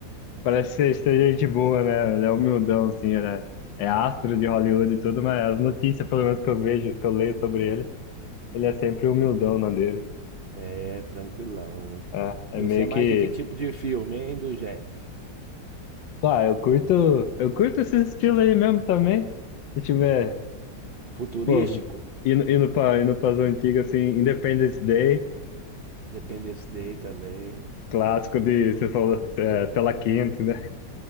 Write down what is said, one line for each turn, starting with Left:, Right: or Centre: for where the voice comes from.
Left: Parece ser, ser gente boa, né? Ele é humildão, assim, ele é, é astro de Hollywood e tudo, mas as notícias, pelo menos que eu vejo, que eu leio sobre ele, ele é sempre humildão na dele.
Right: é, tranquilão.
Left: É, é
Right: E
Left: meio
Right: você é mais
Left: que
Right: de que tipo de filme, hein, do Jeff?
Left: Ah, eu curto, eu curto esse estilo aí mesmo também. Se tiver,
Right: Futurístico?
Left: pô, indo, indo para indo pras antigas, assim, Independence Day,
Right: Dependence Day também.
Left: clássico de, você falou, é, tela quente, né?